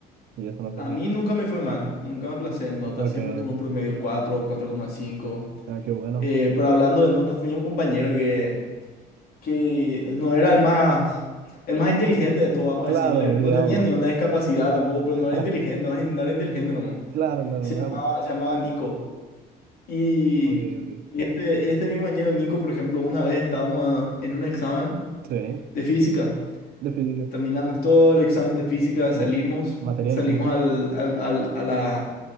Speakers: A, on the right; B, on the left.
A: y eso no
B: A
A: sé si...
B: mí nunca me fue mal, nunca me aplacé en
A: no,
B: notas,
A: Ok,
B: siempre tuve un promedio 4 o 4,5.
A: ah, qué bueno.
B: Eh, pero hablando de notas, tenía un compañero que, que no era el más, el más inteligente de todo, vamos
A: Claro,
B: a decirle.
A: digamos.
B: No tenía ni una discapacidad tampoco, pero
A: <laughs>
B: no era inteligente, no, no era inteligente nomás.
A: Claro, claro,
B: Y se
A: no
B: llamaba,
A: éramos.
B: se llamaba Nico. Y,
A: Ok, ok.
B: y este, y este mi compañero Nico, por ejemplo, una vez estábamos ah, en un examen
A: Sí,
B: de física.
A: definitivo.
B: Terminamos todo el examen de física,
A: O
B: salimos,
A: materia
B: salimos
A: difícil.
B: al, al- al- a la